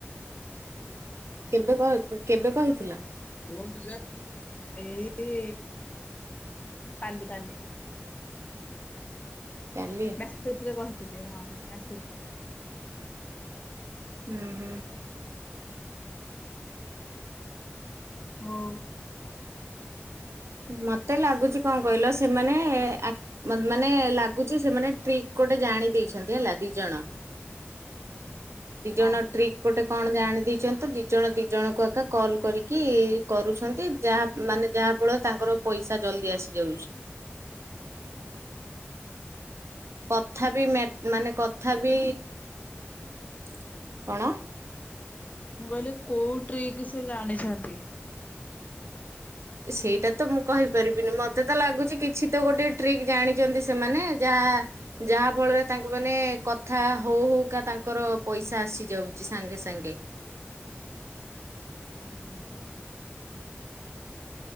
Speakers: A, on the right; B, on the left.
A: କେବେ କହେ କ କେବେ କହିଥିଲ?
B: ନଉନୁ ଟିକେ ଏଇ କାଲି କାଲି।
A: କାଲି?
B: ମ୍ୟାସେଜ୍ ରେ କହିଥିଲେ ହଁ ମ୍ୟାସେଜ ରେ। <unintelligible>
A: ହୁଁ ହୁଁ।
B: ହଁ।
A: ମତେ ଲାଗୁଛି କଣ କହିଲ ସେମାନେ ଆକ୍ ମ ମାନେ ଲାଗୁଚି ସେମାନେ ଟ୍ରିକ୍ ଗୋଟେ ଜାଣି ଦେଇଛନ୍ତି ହେଲା ଦି ଜଣ
B: <unintelligible>
A: ଦି ଜଣ
B: ହଁ
A: ଟ୍ରିକ୍ ଗୋଟେ କଣ ଜାଣି ଦେଇଛନ୍ତି ଦିଜଣ ଦି ଜଣଙ୍କୁ ଆକା କଲ୍ କରିକି କରୁଛନ୍ତି ଯାହା ମାନେ ଯାହା କେବଳ ତାଙ୍କର ପଇସା ଜଲଦି ଆସିଯାଉଛି।
B: ହଁ।
A: କଥା ବି ମେ ମାନେ କଥା ବି କଣ
B: ମୁଁ କହିଲି କୋଉ ଟ୍ରିକ୍ ସେ ଜାଣିଛନ୍ତି?
A: ସେଇଟା ତ ମୁଁ କହିପାରିବିନି ମତେ ତ ଲାଗୁଛି କିଛି ତ ଗୋଟେ ଟ୍ରିକ୍ ଜାଣିଛନ୍ତି ସେମାନେ। ଯାହା ଯାହା ଫଳରେ ତାଙ୍କ ମାନେ କଥା ହଉ ହଉ କା ତାଙ୍କର ପଇସା ଆସିଯାଉଚି ସାଙ୍ଗେ ସାଙ୍ଗେ।
B: ହୁଁ।